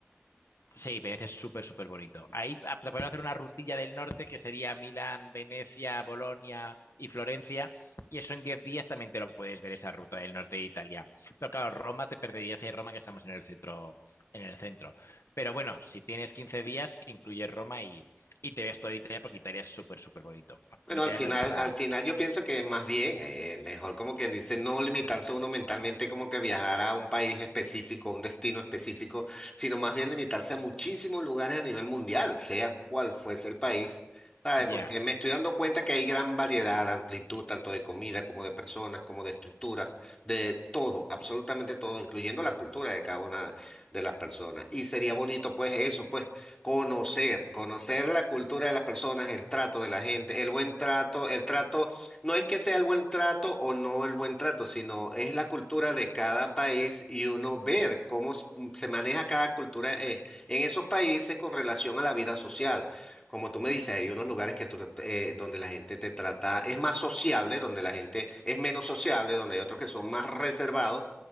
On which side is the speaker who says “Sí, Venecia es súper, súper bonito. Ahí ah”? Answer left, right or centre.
Left